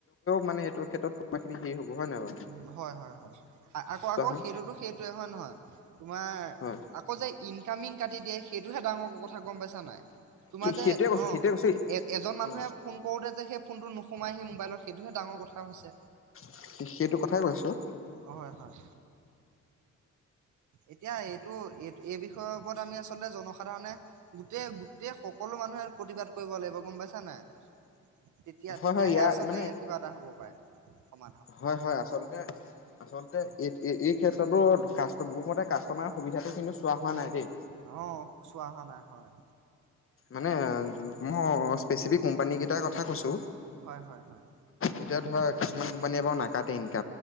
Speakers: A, on the left (about 45°); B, on the right (about 75°).
A: মানে সেইটো ক্ষেত্ৰ কোনোিন হে হ'ব হয় নাই বাৰু
B: উ হয় হয় হয় আকৌ
A: চোৱাচোন
B: আকৌ সেইটোতো সেইটোৱে হয় নহয় তোমাৰ
A: হয়
B: আকৌ যে ইনকামিং কাটি দিয়ে সেইটোহে ডাঙৰ কথা গম পাইছা নাই তোমাৰ যে
A: সেইটোৱে কৈছো
B: অঁ
A: সেইটোৱে কৈছো
B: এজন মানুহে
A: অ
B: ফোন কৰোতে যে সেই ফোনটো নোসোমাই সেই মোবাইলত সেইটোহে ডাঙৰ কথা কথাা হৈছে
A: <inaudible> সেইটো কথাই কৈছোঁ।
B: হয় হয় এতিয়া এইটো, এইটো, এই বিষয়ৰ ওপৰত আমি আচলতে জনসাধাৰণে, গোটেই গোটেই সকলো মানুহে প্ৰতিবাদ কৰিব লাগিব। গম পাইছা নাই? তেতিয়া,
A: হয়
B: তেতিয়াহে
A: হয়
B: আচলতে
A: মানে
B: ইয়াৰ কিবা এটা হ'ব পাৰে। সমাধান।
A: হয়! হয়! আচলতে, আচলতে, এই, এই ক্ষেত্ৰতো কা মোৰ মতে কাষ্টমাৰৰ সুবিধাটো কিন্ত চোৱা হোৱা নাই দেই।
B: অ', চোৱা হোৱা নাই হয়,
A: মানে মোৰ স্পেচিফিক কোম্পানী কেইটাৰ কথা কৈছোঁ।
B: হয়, হয়, হয়,
A: এতিয়া ধৰ মানে এইবাৰো নাকাটিম।